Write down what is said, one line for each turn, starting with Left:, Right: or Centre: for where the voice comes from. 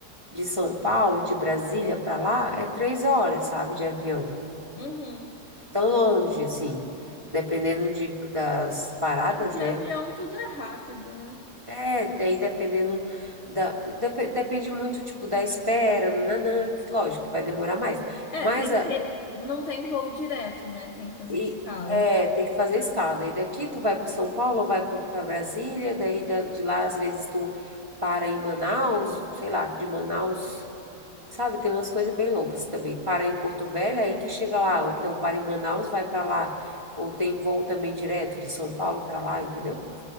Right: de São Paulo, de Brasília para lá, é três horas, sabe? De avião.
Left: Uhum.
Right: É tão longe, assim. Dependendo de, das paradas,
Left: De
Right: né?
Left: avião tudo é rápido, né?
Right: É, daí dependendo da. depe- depende muito, tipo, da espera, nananã, que lógico que vai demorar mais.
Left: É,
Right: Mas
Left: tem
Right: a
Left: que ter. Não tem voo direto, né? Tem que fazer
Right: E
Left: escala.
Right: é, tem que fazer escala. Daí daqui tu vai para São Paulo, vai para Brasília, daí da- de lá às vezes tu para em Manaus, sei lá, de Manaus, sabe? Tem umas coisas bem loucas também. Para em Porto Velho, aí que chega lá, ou então para em Manaus, vai para lá, ou tem voo também direto de São Paulo para lá, entendeu?